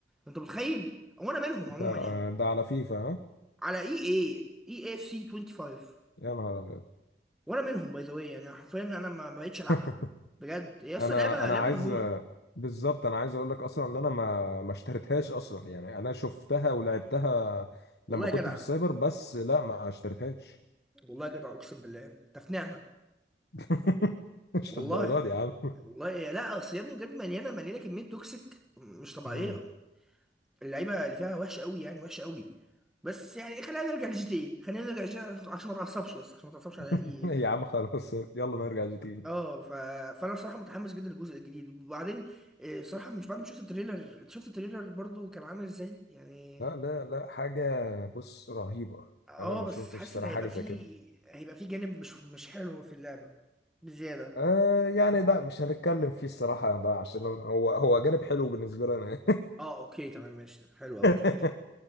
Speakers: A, in the centre; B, on the left.
A: انت متخيل وانا منهم
B: ده
A: عموما يعني
B: ده على فيفا ها
A: على اي اي اي اف سي 25
B: يا نهار ابيض
A: وانا منهم باي ذا واي يعني حرفيا انا ما ما بقتش العبها
B: <laughs>
A: بجد هي اصلا
B: انا
A: لعبه
B: انا
A: لعبه
B: عايز
A: مجنونه
B: بالظبط انا عايز اقول لك اصلا ان انا ما ما اشتريتهاش اصلا يعني انا شفتها ولعبتها
A: والله
B: لما
A: يا
B: كنت
A: جدع
B: في السايبر بس لا ما اشتريتهاش
A: والله يا جدع اقسم بالله انت في نعمه
B: <laughs> مش
A: والله
B: للدرجه دي يا عم
A: والله لا اصل يا ابني بجد مليانه مليانه كميه توكسيك مش طبيعيه
B: مم.
A: اللعيبه اللي فيها وحشه قوي يعني وحشه قوي بس يعني خلينا نرجع لجي تي ايه خلينا نرجع لجي تي إيه عشان ما تعصبش بس عشان ما تعصبش على ايه
B: <laughs> يا عم خلاص يلا نرجع جي تي إيه.
A: اه ف... فانا صراحه متحمس جدا للجزء الجديد وبعدين آه، صراحه مش بعد ما شفت التريلر شفت التريلر برضو كان عامل ازاي يعني
B: لا لا لا حاجه بص رهيبه
A: اه
B: انا ما
A: بس
B: شفتش
A: حاسس
B: صراحه
A: ان هيبقى
B: حاجه زي
A: فيه
B: كده
A: هيبقى فيه جانب مش مش حلو في اللعبة بزيادة
B: آه يعني لا مش هنتكلم فيه الصراحه ده عشان هو هو جانب حلو بالنسبه لنا
A: اه اوكي تمام ماشي حلو قوي
B: <laughs>
A: الكلام ده